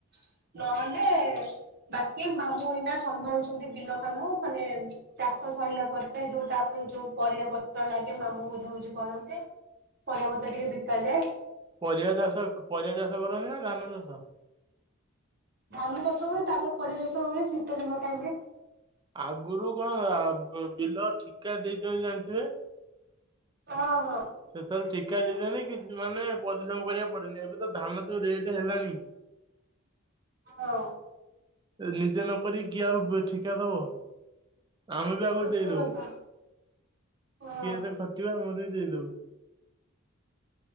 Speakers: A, on the right; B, on the right.
A: <inaudible> ନହେଲେ ବାକି ମାମୁଁ ଏଇନା ସମ୍ଭାଳୁଛନ୍ତି ବିଲ କାମ ମାନେ ଚାଷ ସରିଲା ପରେ ଯୋଉ ତାପରେ ଯୋଉ ପରିବା ପତ୍ର ଲାଗେ ମାମୁ ବୁଝାବୁଝି କରନ୍ତି। ପରିବା ପତ୍ର ଟିକେ ବିକାଯାଏ।
B: ପରିବା ଚାଷ ପରିବା ଚାଷ କରନ୍ତି ନା ଧାନ ଚାଷ?
A: ଧାନ ଚାଷ ହୁଏ ତାପରେ ପରିବା ଚାଷ ହୁଏ ଶୀତ ଦିନ ଟାଇମରେ।
B: ଆଗରୁ କଣ ବିଲ ଠିକା ଦେଇଦିଅନ୍ତି ଜାଣିଥିବେ?
A: ହଁ ହଁ।
B: ସେତେବେଳେ ଠିକା ଦେଇଦିଅନ୍ତି କି ମାନେ ପରିଶ୍ରମ କରିବାକୁ ପଡେନି ଏବେ ତ ଧାନ ତ ରେଟ ହେଲାଣି।
A: ହଁ।
B: ନିଜେ ନ ନରି କିଏ ଆଉ ଠିକା ଦବ ଆମେ ବି ଆଗକୁ ଦେଇଦବୁ।
A: ସେଇ କଥା ହଁ।
B: କିଏ ଏତେ ଖଟିବ ଆମର ବି ଦେଇଦଉ।